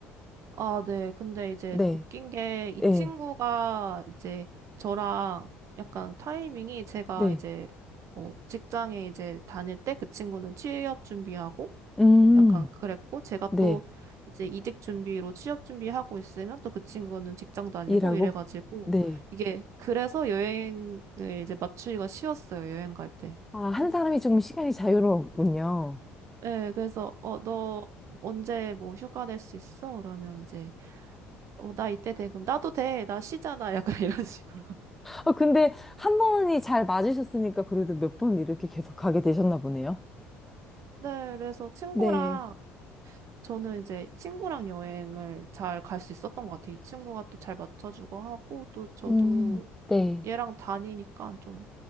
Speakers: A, on the right (about 55°); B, in the centre.
A: 아, 네. 근데 이제
B: 네,
A: 웃긴 게
B: 네,
A: 이 친구가 이제 저랑 약간 타이밍이 제가
B: 네.
A: 이제 어, 직장에 이제 다닐 때 그 친구는 취업 준비하고
B: 음,
A: 약간 그랬고 제가
B: 네.
A: 또 이제 이직 준비로 취업 준비하고 있으면 또 그 친구는 직장 다니고
B: 일하고?
A: 이래가지고
B: 네.
A: 이게 그래서 여행을 이제 맞추기가 쉬웠어요. 여행 갈 때.
B: 아, 한
A: 특히.
B: 사람이 조금 시간이 자유로웠군요.
A: 네. 그래서 어, 너 언제 뭐 휴가 낼 수 있어? 그러면 이제 어, 나 이때 돼. 그럼 나도 돼. 나 쉬잖아. 약간 <laughs> 이런 식으로.
B: 아, 근데 한 번이 잘 맞으셨으니까 그래도 몇 번 이렇게 계속 가게 되셨나 보네요.
A: 네, 그래서 친구랑,
B: 네.
A: 저는 이제 친구랑 여행을 잘 갈 수 있었던 것 같아요. 이 친구가 또 잘 맞춰주고 하고, 또 저도
B: 음, 네.
A: 얘랑 다니니까 좀